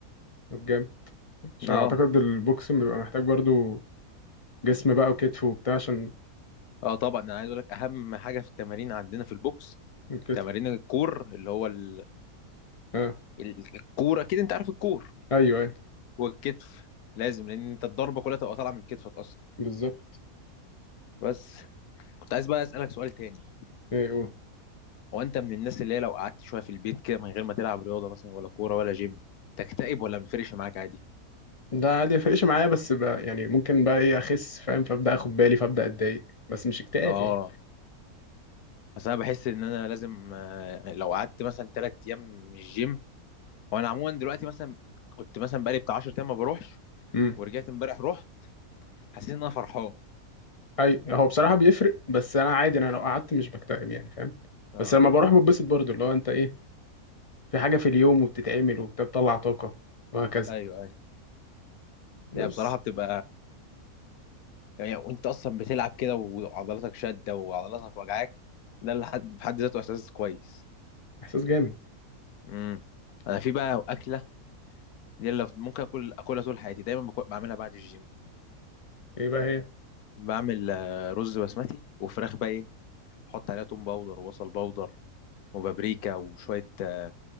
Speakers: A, on the left; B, on the left.
A: طب جامد عشان
B: اه
A: اعتقد البوكسنج بيبقى محتاج برضو جسم بقى وكتف وبتاع عشان
B: اه طبعا انا عايز اقول لك اهم حاجه في التمارين عندنا في البوكس
A: الكتف
B: تمارين الكور اللي هو ال
A: اه
B: ال- الكوره كده انت عارف الكور
A: ايوه ايوه
B: والكتف لازم لان انت الضربه كلها تبقى طالعه من كتفك اصلا
A: بالظبط
B: بس كنت عايز بقى اسالك سؤال تاني
A: ايه قول
B: هو انت من الناس اللي هي لو قعدت شويه في البيت كده من غير ما تلعب رياضه مثلا ولا كوره ولا جيم تكتئب ولا مفرقش معاك عادي
A: ده عادي يفرقش معايا بس بقى يعني ممكن بقى ايه اخس فاهم فابدا اخد بالي فابدا اتضايق بس مش اكتئاب
B: اه اصل انا بحس ان انا لازم آه، لو قعدت مثلا تلات ايام مش جيم وانا عموما دلوقتي مثلا كنت مثلا بقالي بتاع 10 ايام ما بروحش
A: يعني
B: ورجعت امبارح رحت حسيت ان انا فرحان
A: اي هو بصراحه بيفرق بس انا عادي انا لو قعدت مش بكتئب يعني فاهم
B: اه
A: بس لما بروح بتبسط برضو اللي هو انت ايه في حاجه في اليوم وبتتعمل وبتطلع طاقه وهكذا
B: ايوه ايوه
A: بس
B: هي بصراحه بتبقى يعني وانت اصلا بتلعب كده وعضلاتك شاده وعضلاتك وجعاك ده اللي حد في حد ذاته احساس كويس
A: احساس جامد
B: امم انا في بقى اكله دي اللي ممكن اكل اكلها طول حياتي دايما بكو- بعملها بعد الجيم
A: ايه بقى هي
B: بعمل آه، رز بسمتي وفراخ بقى ايه احط عليها توم باودر وبصل باودر وبابريكا وشويه آه،